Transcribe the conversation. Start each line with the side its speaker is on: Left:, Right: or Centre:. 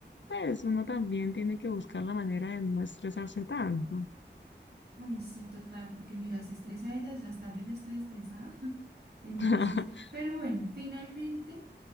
Left: pues uno también tiene que buscar la manera de no estresarse tanto.
Right: Ay, sí, total, porque mira, se estresa ella, ya hasta yo ya estoy estresada. <laughs> Entonces,
Left: <laughs>
Right: pero bueno, finalmente,